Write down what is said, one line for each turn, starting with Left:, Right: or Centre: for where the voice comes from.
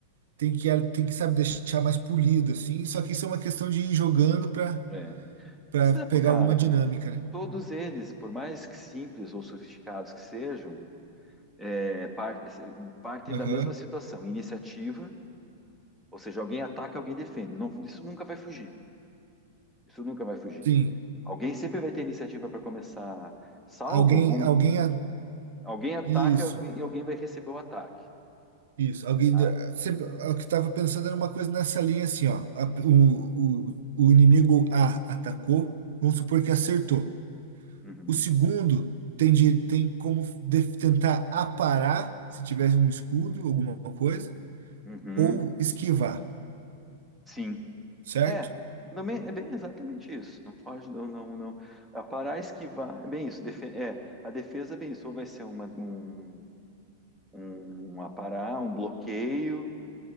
Right: tem que tem que sabe deixar mais polido assim, só que isso é uma questão de ir jogando para
Centre: É.
Right: para
Centre: Mas não,
Right: pegar
Centre: cara,
Right: alguma dinâmica, né?
Centre: todos eles, por mais que simples ou sofisticados que sejam, é, par- partem
Right: Aham.
Centre: da mesma situação, iniciativa, ou seja, alguém ataca, alguém defende. Não- isso nunca vai fugir. Isso nunca vai fugir.
Right: Sim.
Centre: Alguém sempre vai ter iniciativa para começar, salvo
Right: Alguém
Centre: algum-
Right: alguém a-
Centre: alguém ataca
Right: isso,
Centre: e alguém vai receber o ataque.
Right: isso. Alguém
Centre: Ah,
Right: da- sempre é o que estava pensando era uma coisa nessa linha assim, ó. A- o, o, o inimigo A atacou, vamos supor que acertou.
Centre: uhum,
Right: O segundo tem de, tem como def- tentar aparar se tivesse um escudo, alguma coisa.
Centre: uhum.
Right: ou esquivar,
Centre: Sim.
Right: certo?
Centre: É, também é bem exatamente isso. Não foge, não, não, não. A parar, esquivar, é bem isso. defe- é, a defesa é bem isso. Ou vai ser uma, um, um, um aparar, um bloqueio,